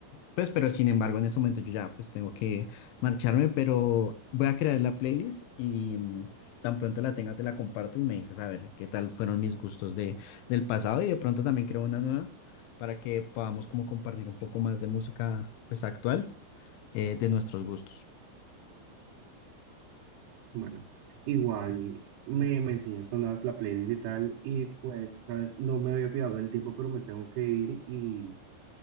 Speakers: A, on the left (about 75°); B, on the right (about 80°).
A: Pues, pero sin embargo, en ese momento yo ya pues tengo que marcharme, pero voy a crear la playlist y mm, tan pronto la tenga te la comparto y me dices a ver qué tal fueron mis gustos de, del pasado y de pronto también creo una nueva para que podamos como compartir un poco más de música pues actual eh, de nuestros gustos.
B: Bueno, igual me, me enseñas cuando hagas la playlist y tal. Y pues, ¿sabes? No me había fijado del tiempo, pero me tengo que ir. Y,